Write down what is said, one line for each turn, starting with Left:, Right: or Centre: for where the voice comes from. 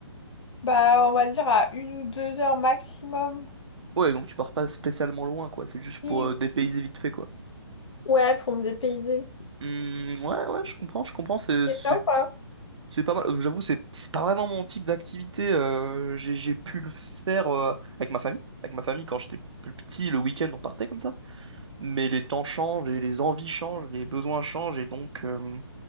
Left: Bah, on va dire à une ou deux heures maximum.
Right: Ouais, donc tu pars pas spécialement loin, quoi. C'est juste pour
Left: Oui.
Right: euh, dépayser vite fait, quoi.
Left: Ouais, pour me dépayser.
Right: Hmm, ouais, ouais, je comprends, je comprends. C'est,
Left: Et
Right: c'est,
Left: ça ou pas?
Right: c'est pas mal. Euh, J'avoue, c'est, c'est pas vraiment mon type d'activité. euh, J'ai, j'ai pu le faire euh, avec ma famille. Avec ma famille, quand j'étais plus petit, le week-end, on partait comme ça. Mais les temps changent et les envies changent, les besoins changent et donc. euh,